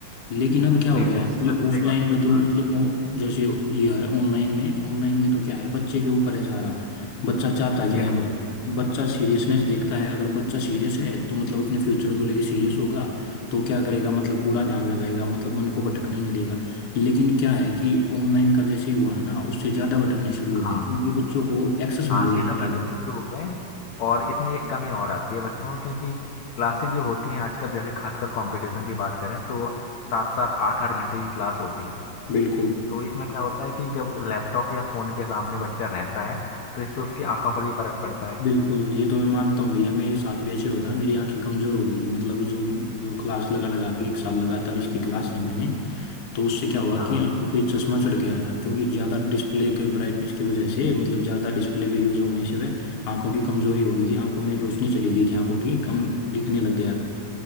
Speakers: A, on the left (about 55°); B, on the left (about 70°).
A: लेकिन अब क्या हो
B: बिल्कुल
A: गया है कि
B: सही
A: ऑफलाइन
B: बात
A: में
B: सही
A: तो मतलब
B: बात है
A: ओ- जैसे ये है ऑनलाइन में ऑनलाइन में तो क्या है बच्चे के ऊपर है सारा बच्चा चाहता क्या
B: बिल्कुल
A: है मतलब बच्चा सीरियसनेस देखता है अगर बच्चा सीरियस है तो मतलब अपने फ्यूचर को लेके सीरियस होगा तो क्या करेगा मतलब पूरा ध्यान लगाएगा मतलब मन को भटकने नहीं देगा लेकिन क्या है कि ऑनलाइन का जैसे ही हुआ है ना उससे ज़्यादा भटकने शुरू
B: हाँ
A: हो गए क्योंकि बच्चों को एक्सेस मिल
B: हाँ सीधा
A: गया है ज़्यादा
B: भटकने शुरू हो गए और इसमें एक कमी और आती है बच्चों को क्योंकि क्लासेस जो होती हैं आजकल जैसे खासकर कंपटीशन की बात करें तो सात सात आठ आठ घंटे की क्लास होती है
A: बिल्कुल
B: तो इसमें क्या होता है कि जब लैपटॉप या फोन के सामने बच्चा रहता है तो इससे उसकी आंखों पर भी फर्क पड़ता है
A: बिल्कुल ये तो मैं मानता हूँ भैया मेरे साथ भी ऐसे हुआ था मेरी आंखें कमजोर हो गई थी मतलब जो वो क्लास लगा लगा के एक साल लगातार इसकी क्लास ली मैंने तो उससे क्या हुआ
B: हाँ
A: कि आंखों पे चश्मा चढ़ गया था क्योंकि ज़्यादा डिस्प्ले के ब्राइटनेस की वजह से मतलब ज़्यादा डिस्प्ले पे यूज़ होने से वह आंखों की कमजोरी हो गई थी आंखों में रोशनी चली गई थी आंखों की कम दिखने लग गया था